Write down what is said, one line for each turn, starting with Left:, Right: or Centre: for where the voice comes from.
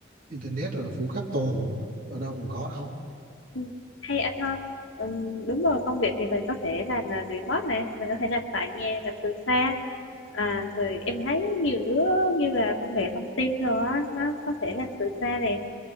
Right: internet rồi nó phủ khắp toàn ở đâu cũng có đâu
Left: Ừm, hay anh ha Ừm, đúng rồi công việc thì mình có thể làm uh, remote này mình có thể làm tại nhà làm từ xa à rồi em thấy nhiều đứa như là công nghệ thông tin rồi á nó có thể làm từ xa này